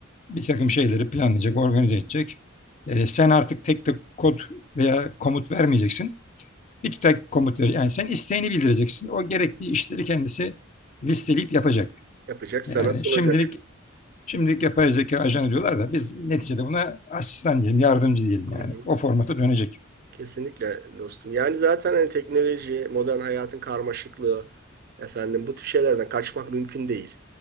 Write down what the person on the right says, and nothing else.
Yapacak
sana sunacak.
Hı
hı.
hı.
Kesinlikle dostum. Yani zaten hani teknoloji, modern hayatın karmaşıklığı, efendim bu tip şeylerden kaçmak mümkün değil.